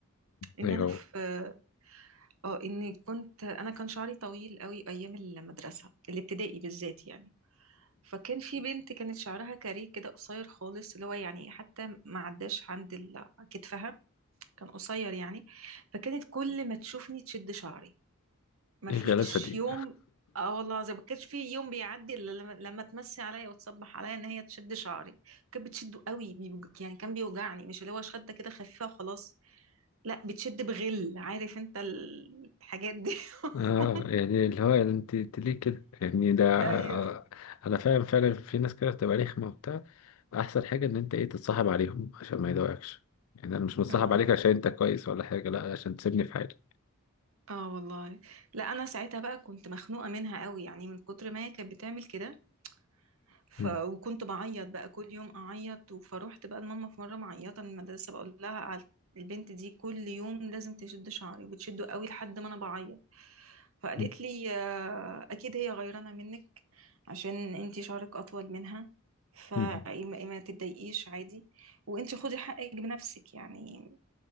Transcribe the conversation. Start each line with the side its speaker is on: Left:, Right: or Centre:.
Right: ان
Left: ايوه
Right: انا
Left: هو
Right: في اه ان كنت انا كان شعري طويل قوي ايام المدرسه الابتدائي بالذات يعني فكان في بنت كانت شعرها كاريه كده قصير خالص اللي هو يعني حتى ما عداش عند ال- كتفها كان قصير يعني فكانت كل ما تشوفني تشد شعري ما
Left: ايه
Right: فيش
Left: غلاسه دي
Right: يوم اه والله زي ما كانش في يوم بيعدي الا لما, لما تمسي عليا وتصبح عليا ان هي تشد شعري كانت بتشده قوي بيوج- يعني كان بيوجعني مش اللي هو شده كده خفيفه وخلاص لا بتشد بغل عارف انت ال- الحاجات دي <laughs>
Left: اه يعني اللي هو يعني انت انت ليه كده يعني ده
Right: ايوه
Left: آه، انا فاهم فعلا في ناس كده بتبقى رخمه وبتاع احسن حاجه ان انت ايه تتصاحب عليهم عشان ما يضايقكش يعني انا مش متصاحب
Right: اه
Left: عليك عشان انت كويس ولا حاجه لا عشان تسيبني في حالي
Right: اه والله لا انا ساعتها بقى كنت مخنوقه منها قوي يعني من كتر ما هي كانت بتعمل كده ف...
Left: <laughs> مم.
Right: وكنت بعيط بقى كل يوم اعيط فروحت بقى لماما في مره معيطه من المدرسه بقول لها على البنت دي كل يوم لازم تشد شعري وبتشده قوي لحد ما انا بعيط فقالت
Left: مم.
Right: لي آه، اكيد هي غيرانه منك عشان انتي شعرك اطول منها فما
Left: مم.
Right: ما تتضايقيش عادي وانتي خدي حقك بنفسك يعني